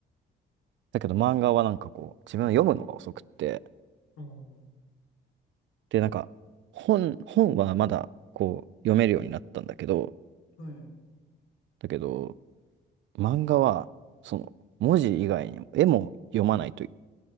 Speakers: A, on the right; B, on the left.
A: だけど漫画はなんかこう、自分は読むのが遅くって、
B: ああ、は
A: で、なんか、本、本はまだ、こう、読めるようになったんだけど、
B: い。
A: だけど、漫画は、その、文字以外にも、絵も読まないとい、